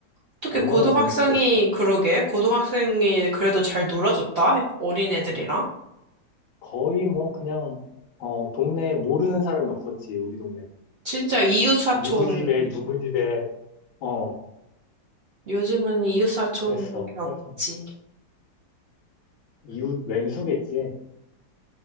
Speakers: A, on the right (about 85°); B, on the left (about 60°).
A: 어떻게
B: 얼마나
A: 고등학생이,
B: 재밌었겠어.
A: 그러게, 고등학생이 그래도 잘 놀아줬다. 어린 애들이랑.
B: 음. 거의 뭐 그냥 어 동네에 모르는 사람이 없었지 우리 동네는
A: 진짜 이웃사촌,
B: 누구 집에 누구 집에 어
A: 요즘은 이웃사촌이
B: 그랬어
A: 없지.
B: 그래서 뭐 이웃 왼수겠지